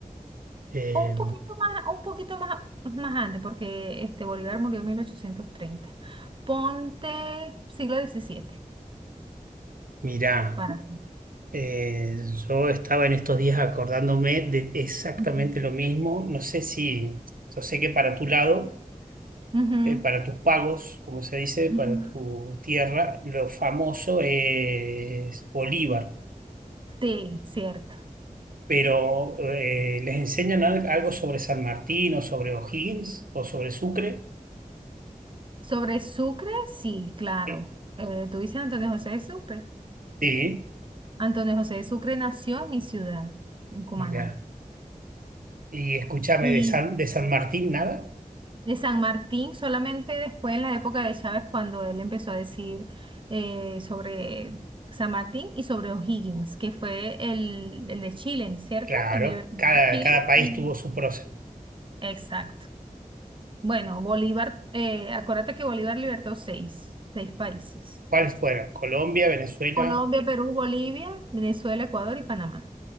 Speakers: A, on the right; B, on the right.
A: Eh,
B: O un poquito más, un poquito más, más antes, porque este Bolívar murió en 1830. Ponte siglo diecisiete
A: mirá,
B: para...
A: eh, yo estaba en estos días acordándome de exactamente
B: Ujú,
A: lo mismo. No sé si, yo sé que para tu lado,
B: ujú,
A: eh, para tus pagos, como se dice,
B: ujú.
A: para tu tierra, lo famoso es Bolívar,
B: Sí, cierto.
A: pero eh, ¿les enseñan al- algo sobre San Martín o sobre O'Higgins o sobre Sucre?
B: Sobre Sucre, sí, claro.
A: Eh,
B: Eh, tú dices Antonio José de Sucre.
A: sí,
B: Antonio José de Sucre nació en mi ciudad, en Cumaná.
A: mira. Y escúchame,
B: Y
A: de San, de San Martín, nada.
B: de San Martín, solamente después en la época de Chávez, cuando él empezó a decir eh, sobre San Martín y sobre O'Higgins, que fue el, el de Chile, ¿cierto?
A: Claro,
B: El de liber-
A: cada,
B: Chile.
A: cada país
B: Y...
A: tuvo su proceso
B: Exacto. Bueno, Bolívar, eh, acuérdate que Bolívar libertó seis, seis países.
A: ¿Cuáles fueron? Colombia, Venezuela.
B: Colombia, Perú, Bolivia, Venezuela, Ecuador y Panamá.